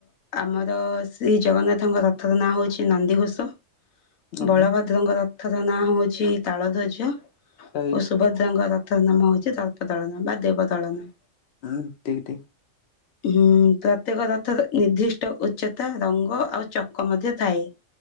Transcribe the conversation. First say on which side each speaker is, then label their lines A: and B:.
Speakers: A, on the left (about 85°); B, on the left (about 60°).
A: ଆମର ଶ୍ରୀ ଜଗନ୍ନାଥଙ୍କ ରଥର ନାଁ ହଉଛି ନନ୍ଦିଘୋଷ।
B: ଆଜ୍ଞା
A: ବଳଭଦ୍ରଙ୍କ ରଥର ନାଁ ହଉଛି ତାଳ ଧ୍ୱଜ।
B: ରାଇଟ୍
A: ଓ ସୁଭଦ୍ରାଙ୍କ ରଥ ନାମ ହଉଛି ତଳପ ଦଳନ ବା ଦେବଦଳନ।
B: ଉଁ ଠିକ ଠିକ।
A: ହୁଁ ପ୍ରତ୍ୟେକ ରଥର ନିର୍ଦ୍ଦିଷ୍ଟ ଉଚ୍ଚତା, ରଙ୍ଗ ଆଉ ଚକ ମଧ୍ୟ ଥାଏ।